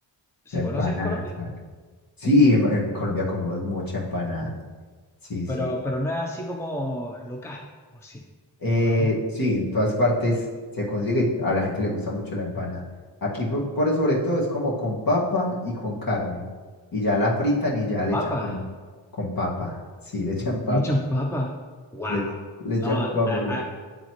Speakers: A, in the centre; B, on the left.
A: se
B: la empanada,
A: conoce en Colombia,
B: claro. Sí, en, en Colombia comemos mucha empanada. Sí,
A: pero,
B: sí.
A: pero no es así como local, ¿o sí?
B: Eh,
A: ¿O no?
B: sí, en todas partes se consigue y a la gente le gusta mucho la empanada. Aquí po- por sobre todo es como con papa y con carne. Y ya la fritan y ya le
A: Papa,
B: echan como con papa. Sí, le echan papa.
A: le echan papa. ¡Wow!
B: Le, le echan
A: No,
B: papa
A: a- a-
B: por...